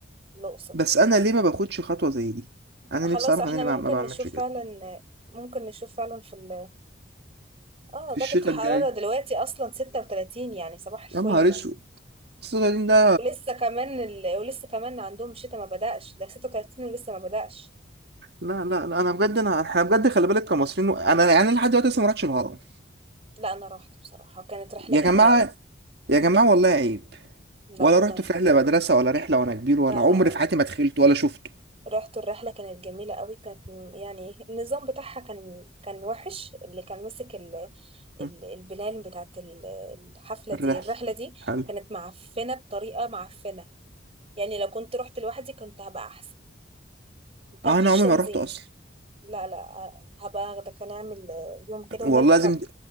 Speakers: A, on the right; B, on the right.
A: الأقصر
B: بس انا ليه ما باخدش خطوه زي دي انا
A: خلاص
B: نفسي اعرف
A: احنا
B: انا ليه ما
A: ممكن
B: ما بعملش
A: نشوف
B: كده
A: فعلا ممكن نشوف فعلا في ال اه
B: في
A: درجة
B: الشتاء
A: الحرارة
B: الجاي
A: دلوقتي أصلا ستة وتلاتين يعني صباح الفل
B: يا نهار اسود الصغيرين ده
A: ولسه كمان ال... ولسه كمان عندهم شتاء ما بدأش ده ستة وتلاتين ولسه ما بدأش
B: لا لا لا انا بجد انا احنا بجد خلي بالك كمصريين انا يعني لحد دلوقتي لسه ما رحتش الهرم
A: لا أنا روحت بصراحة كانت رحلة
B: يا
A: جميلة
B: جماعه
A: أوي
B: يا جماعه والله عيب
A: لا
B: ولا
A: والله
B: رحت في رحله مدرسه ولا رحله وانا كبير
A: لا
B: ولا عمري
A: لا
B: في حياتي ما دخلت ولا شفته
A: رحت الرحلة كانت جميلة قوي كانت م- يعني النظام بتاعها كان كان وحش اللي كان ماسك ال- ال-
B: هم،
A: البلان بتاعت ال- الحفلة
B: الرحله
A: دي الرحلة دي
B: حلو
A: كانت معفنة بطريقة معفنة يعني لو كنت رحت لوحدي كنت هبقى أحسن ما كان
B: انا
A: فيش
B: عمري
A: تنظيم
B: ما رحت اصلا
A: لا لا هبقى أخدك هنعمل يوم كده ونركب
B: والله لازم ده